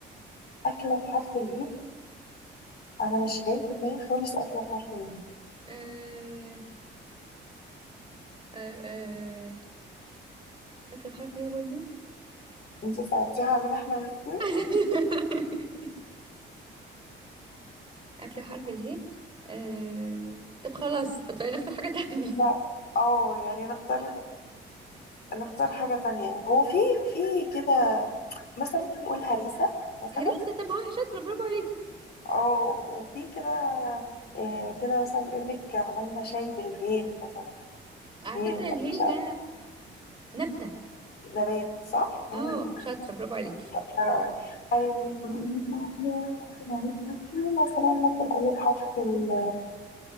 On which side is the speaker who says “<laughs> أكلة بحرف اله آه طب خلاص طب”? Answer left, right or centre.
Right